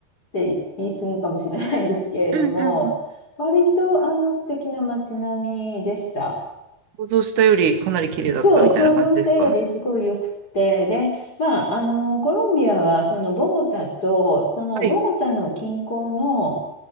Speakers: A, on the left (about 25°); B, on the right (about 60°).
A: て言い過ぎかもしれないんですけれども、
B: うんうんうん
A: 割とあの素敵な街並みでした。
B: 想像したよりかなり綺麗だったみたいな感じですか
A: そう、想像したよりすごいよくて、で、まあ、あの、コロンビアは、そのボゴタと、そのボゴタの近郊の、
B: はい。